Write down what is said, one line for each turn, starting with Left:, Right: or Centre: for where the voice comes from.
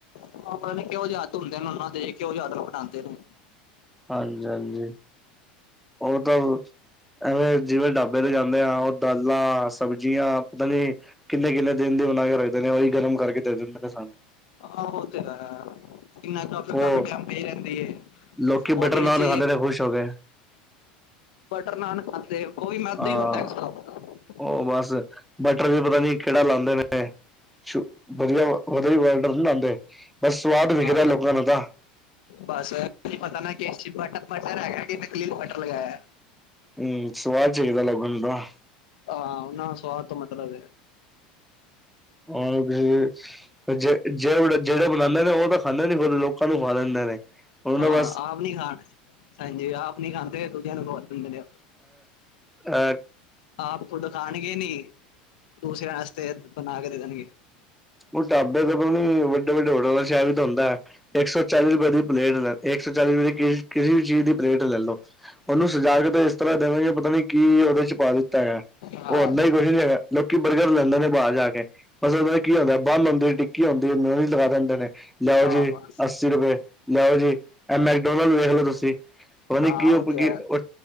Left: ਉਹ ਪਤਾ ਨਹੀਂ ਕਿਹੋ ਜਿਹੇ ਹੱਥ ਹੁੰਦੇ ਨੇ ਉਹਨਾਂ ਦੇ ਕਿਹੋ ਜਿਹੇ ਹੱਥ ਨਾਲ ਬਣਾਉਂਦੇ ਨੇ।
Centre: ਹਾਂਜੀ ਹਾਂਜੀ ਉਹ ਤਾਂ। ਐਵੇਂ ਜਿਵੇਂ ਢਾਬੇ ਤੇ ਜਾਂਦੇ ਆ ਉਹ ਦਾਲਾਂ ਸਬਜ਼ੀਆਂ ਪਤਾ ਨੀ ਕਿੰਨੇ ਕਿੰਨੇ ਦਿਨ ਦੀ। ਬਣਾ ਕੇ ਰੱਖਦੇ ਨੇ ਉਹੀ ਗਰਮ ਕਰਕੇ ਦੇ ਦਿੰਦੇ ਨੇ ਸਾਨੂੰ।
Left: ਆਹੋ ਇਹ ਤਾਂ ਹੈ। ਕਿੰਨਾ ਕ ਕਾਫੀ
Centre: ਉਹ
Left: ਟਾਈਮ ਪਈ ਰਹਿੰਦੀ ਏ
Centre: ਲੋਕੀ
Left: ਉਹਦੇ
Centre: ਬਟਰ ਨਾਨ
Left: ਚ।
Centre: ਖਾਂਦੇ ਨੇ ਖੁਸ਼ ਹੋ ਕੇ
Left: ਬਟਰ ਨਾਨ ਖਾਂਦੇ ਹੋ ਉਹ ਵੀ ਮੈਦਾ
Centre: ਹਾਂ
Left: ਹੀ ਹੁੰਦਾ ਇੱਕ ਹਿਸਾਬ ਨਾਲ ।
Centre: ਉਹ ਬਸ ਬਟਰ ਵੀ ਪਤਾ ਨੀ ਕਿਹੜਾ ਲਾਉਂਦੇ ਨੇ। ਵਧੀਆ ਵਧੀਆ ਬਟਰ ਨੀ ਲਾਉਂਦੇ ਬਸ ਸਵਾਦ ਵਿਖਦਾ
Left: ਹਾਂ
Centre: ਲੋਕਾਂ ਨੂੰ ਤਾ।
Left: ਬਸ ਨਹੀਂ ਪਤਾ ਨਾ ਕਿ ਬ ਬਟਰ ਹੈਗਾ ਕਿ ਨਕਲੀ ਬਟਰ ਲਗਾਇਆ।
Centre: ਹੂੰ ਸਵਾਦ ਚਾਹੀਦਾ ਲੋਕਾਂ ਨੂੰ ਤਾ।
Left: ਹਾਂ ਉਹਨਾਂ ਨੂੰ ਸਵਾਦ ਤੋਂ ਮਤਲਬ ਏ।
Centre: ਉਹ ਤੇ ਜੇ-ਜੇ, ਜਿਹੜੇ ਬਣਾਉਂਦੇ ਨੇ ਉਹ ਤਾਂ ਖਾਂਦੇ ਨੀ, ਲੋਕਾਂ ਨੂੰ ਖਵਾ ਦੇਂਦੇ ਨੇ। ਉਹਨਾਂ
Left: ਹਾਂ।
Centre: ਬਸ
Left: ਆਪ ਨੀ ਖਾਣ ਹਾਂਜੀ ਆਪ ਨੀ ਖਾਂਦੇ, ਦੂਜਿਆਂ ਨੂੰ ਖਵਾ ਦਿੰਦੇ। ਦਿੰਦੇ ਨੇ।
Centre: ਐ
Left: ਆਪ ਖੁਦ ਖਾਣਗੇ ਨੀ, ਦੂਸਰਿਆ ਵਾਸਤੇ ਬਣਾ ਕੇ ਦੇ ਦੇਣਗੇ
Centre: ਉਹ ਢਾਬੇ ਦਾ ਪਤਾ ਨੀ ਵੱਡੇ-ਵੱਡੇ ਹੋਟਲਾਂ'ਚ ਸ਼ਹਿਰ ਵੀ ਤਾਂ ਹੁੰਦਾ ਹੈ ਇੱਕ-ਸੌ, ਚਾਲੀ ਦੀ ਪਲੇਟ ਲੈ ਇੱਕ-ਸੌ ਚਾਲੀ ਰੁਪਏ ਦੀ, ਕਿਸੇ ਵੀ ਚੀਜ਼ ਦੀ ਪਲੇਟ ਲੈਲੋ ਉਹਨੂੰ ਸਜਾਕੇ ਤੇ ਇਸ ਤਰ੍ਹਾਂ ਦੇਵੇਂਗੇ ਪਤਾ ਨੀ ਕੀ, ਉਹਦੇ'ਚ ਪਾ ਦਿੱਤਾ ਹੈਗਾ।
Left: ਹਾਂ
Centre: ਉਹ ਅੰਦਰ ਕੁਛ ਨੀ ਹੈਗਾ, ਲੋਕੀ ਬਰਗਰ ਲੈਂਦੇ ਨੇ ਬਾਹਰ ਜਾਕੇ। ਬਸ ਉ ਕੀ ਆ ਹੁੰਦਾ ਬੰਨ ਲਾਉਂਦੇ, ਟਿੱਕੀ ਹੁੰਦੀ ਬਸ ਲਗਾ ਦਿੰਦੇ ਨੇ। ਲਿਆਉ
Left: ਹਾਂ
Centre: ਜੀ
Left: ਬਸ
Centre: ਅੱਸੀ ਰੁਪਏ ਲਿਆਉ ਜੀ, ਐ, ਮੈਕਡੋਨਲਡ ਵੱਲ ਵੇਖਲੋ ਤੁਸੀਂ। ਪਤਾ ਨੀ,
Left: ਹਾਂ
Centre: ਕੀ
Left: ਉਹ
Centre: ਔਪਕੀ
Left: ਤੇ ਹੈ
Centre: ਓ,